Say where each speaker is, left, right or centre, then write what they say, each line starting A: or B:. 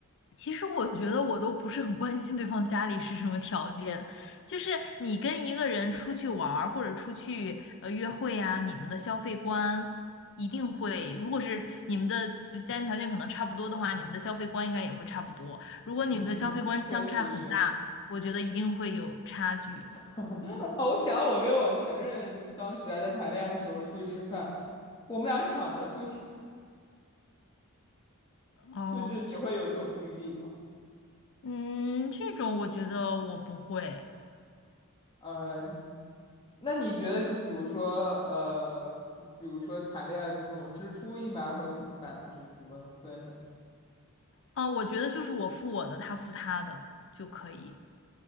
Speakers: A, on the left; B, on the left.
A: 其实我觉得我都不是很关心对方家里是什么条件，就是你跟一个人出去玩儿或者出去呃约会啊，你们的消费观一定会，如果是你们的就家庭条件可能差不多的话，你们的消费观应该也会差不多。如果你们的消费观相差很大，
B: 嗯，确实是。
A: 我觉得一定会有差距。
B: <laughs> 哦，我想我跟我前任当时还在谈恋爱的时候出去吃饭，我们俩抢着付钱，<laughs>
A: 哦，
B: 就是你会有这种经历吗？
A: 嗯，这种我觉得我不会，
B: 嗯、那你觉得就比如说，呃，就是比如说谈恋爱中这种支出一般会怎么办呢？就是怎么分呢？
A: 啊，我觉得就是我付我的，他付他的就可以，